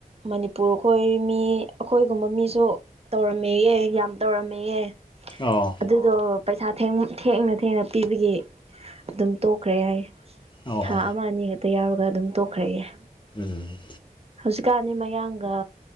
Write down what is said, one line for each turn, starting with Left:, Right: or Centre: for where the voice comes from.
Right: ꯃꯅꯤꯄꯨꯔ ꯈꯣꯏꯔꯤ ꯃꯤ ꯑꯩꯈꯣꯏꯒꯨꯝꯕ ꯃꯤꯁꯨ ꯇꯧꯔꯝꯃꯦꯑ ꯌꯥꯝ ꯇꯧꯔꯝꯃꯦꯑ
Left: ꯑꯣ
Right: ꯑꯗꯨꯗꯣ ꯄꯩꯁꯥ ꯊꯦꯡꯅ ꯊꯦꯡꯅ ꯄꯤꯕꯒꯤ ꯑꯗꯨꯝ ꯇꯣꯛꯈ꯭ꯔꯦ ꯍꯥꯏ
Left: ꯑꯣ
Right: ꯊꯥ ꯑꯃ ꯑꯅꯤ ꯈꯛꯇ ꯌꯥꯎꯔꯒ ꯑꯗꯨꯝ ꯇꯣꯛꯈ꯭ꯔꯒꯦ
Left: ꯎꯝ
Right: ꯍꯧꯖꯤꯛꯀꯥꯟꯅꯤ ꯃꯌꯥꯡꯒ